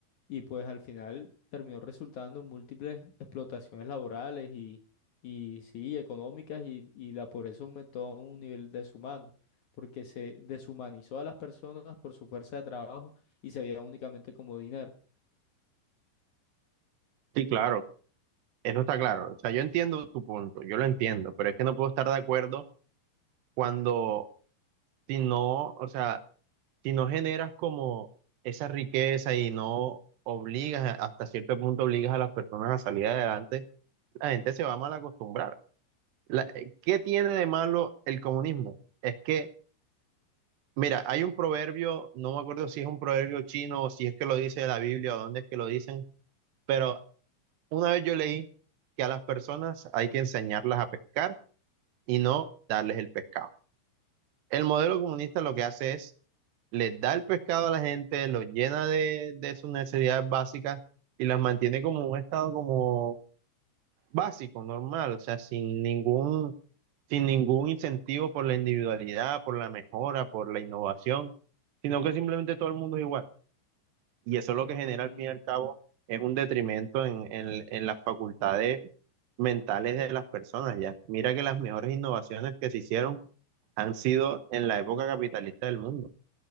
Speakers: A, on the left; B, on the right.
A: Y pues al final terminó resultando en múltiples explotaciones laborales y, y sí, económicas, y, y la pobreza aumentó a un nivel deshumano, porque se deshumanizó a las personas por su fuerza de trabajo y se veía únicamente como dinero.
B: Sí, claro. Eso está claro, o sea, yo entiendo tu punto, yo lo entiendo, pero es que no puedo estar de acuerdo. cuando si no, o sea, si no generas como esa riqueza y no obligas, hasta cierto punto obligas a las personas a salir adelante, la gente se va a mal acostumbrar. La- eh, ¿qué tiene de malo el comunismo? Es que, mira, hay un proverbio, no me acuerdo si es un proverbio chino o si es que lo dice la Biblia o dónde es que lo dicen, pero una vez yo leí que a las personas hay que enseñarlas a pescar y no darles el pescado. El modelo comunista lo que hace es, les da el pescado a la gente, los llena de, de sus necesidades básicas y las mantiene como un estado como básico, normal, o sea, sin ningún, sin ningún incentivo por la individualidad, por la mejora, por la innovación, sino que simplemente todo el mundo es igual. Y eso lo
A: Mm,
B: que genera al fin y al cabo es un detrimento en, en- en las facultades mentales de las personas, ya. Mira que las mejores innovaciones que se hicieron han sido en la época capitalista del mundo.